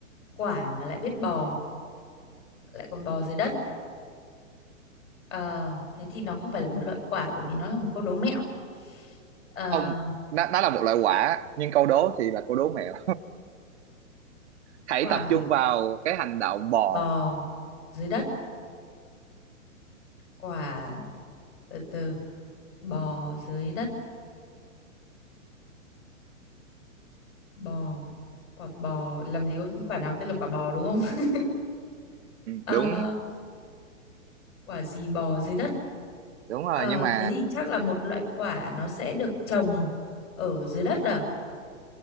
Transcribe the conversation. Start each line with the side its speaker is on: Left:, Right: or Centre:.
Left: Quả mà lại biết bò, lại còn bò dưới đất. Ờ, thế thì nó không phải là một loại quả bởi vì nó là một câu đố mẹo. Ờ,
Right: <laughs> Không, nó, nó là một loại quả, nhưng câu đố thì là câu đố mẹo. Hãy
Left: quả
Right: tập trung vào cái hành động bò.
Left: bò dưới đất, quả từ từ bò dưới đất, bò quả bò làm gì có quả nào tên là quả bò đúng không? <laughs> Ờ,
Right: Đúng,
Left: quả gì bò dưới đất?
Right: đúng rồi,
Left: Ờ,
Right: nhưng mà
Left: thế thì chắc là một loại quả nó sẽ được trồng ở dưới đất à?